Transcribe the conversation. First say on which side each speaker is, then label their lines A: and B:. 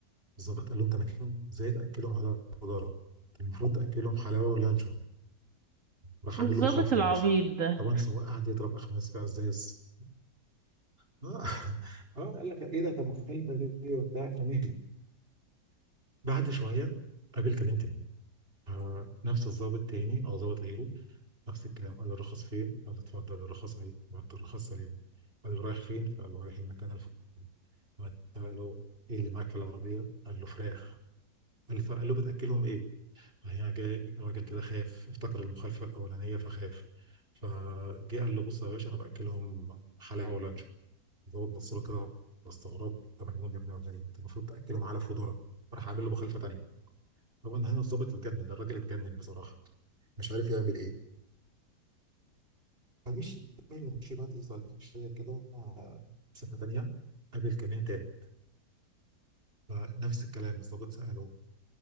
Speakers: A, on the right (about 35°); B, on the right (about 50°).
A: الظابط قال لهم طب كان ازاي تاكلهم على الجدارة المفروض تاكلهم حلاوه ولانشون راح
B: الظابط
A: عامل له مخالفه
B: العبيط
A: ومشي
B: ده
A: طبعا السواق قعد يضرب اخماس بقى ازاز اه <laughs> اه قال لك ايه ده طب مخالفه دي وبتاع فمشي بعد شويه قابل كمان تاني آه، نفس الظابط تاني او ظابط غيره نفس الكلام قال له الرخص فين؟ قال له اتفضل الرخص اهي بعد الرخص سليم قال له رايح فين؟ فقال له رايح المكان الفلاني قال له ايه اللي معاك في العربيه؟ قال له فراخ قال له فقال له بتاكلهم ايه؟ هنا جاي راجل كده خاف افتكر المخالفة الأولانية فخاف فجه قال له بص يا باشا أنا بأكلهم حلاوة ولانشون الضابط بص له كده باستغراب أنت مجنون يا ابني ولا إيه أنت المفروض تأكلهم على فودرة راح عامل له مخالفة تانية طبعا هنا الضابط اتجنن الراجل اتجنن بصراحة مش عارف يعمل إيه فمشي مشي بقى مشي كده مسافة تانية قابل كمين تالت فنفس الكلام الضابط سأله